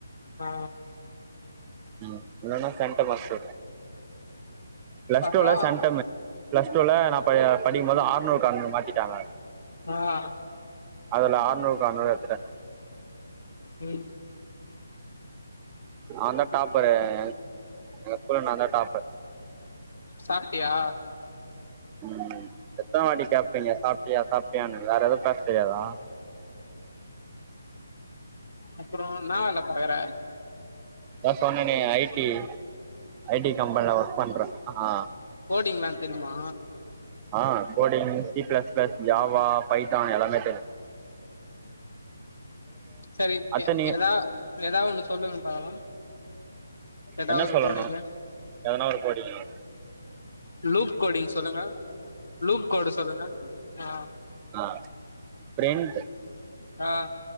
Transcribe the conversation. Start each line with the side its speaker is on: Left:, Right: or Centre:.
Left: ஆ
Right: ம் இல்லனா சென்டெம் மாஸ்டர் பிளஸ்
Left: பார்றா
Right: டூல சென்டெமு. பிளஸ் டூல நாப் பரையா படிக்கு போது ஆறுநூறுக்கு ஆறுநூறு மாத்திட்டாங்க.
Left: ஆ ஹ
Right: அதுல ஆறுநூறுக்கு ஆறுநூறு எடுத்திட்டே.
Left: ம்
Right: நா தா டாப்பரு. எங் எங்க ஸ்கூல்ல நா தா டாப்பர்.
Left: சாப்ட்டியா?
Right: ம். எத்தன வாட்டி கேட்பீங்க, சாப்ட்டியா சாப்ட்டியான்னு வேற எதும் பேசத் தெரியாதா?
Left: அப்பறோ இன்னா வேல பாக்குற
Right: அதா சொன்னனே ஐ டி ஐ டி கம்பெனில ஒர்க் பண்றே ஆ
Left: கோடிங்லா தெரியுமா
Right: ஆ coding C plus plus Java Python எல்லாமே தெரி
Left: செரி
Right: அத்த நீ
Left: எதா எதா ஒன்னு சொல்லுங்க பாக்கலா எதா
Right: என்ன
Left: ஒரு
Right: சொல்லணு
Left: கோடிங்கு
Right: எதனா ஒரு கோடிங்கா
Left: லூக் கோடிங்க சொல்லுங்க லூப் கோடு சொல்லுங்க ஆ
Right: ஆ பிரிண்ட்
Left: ஆ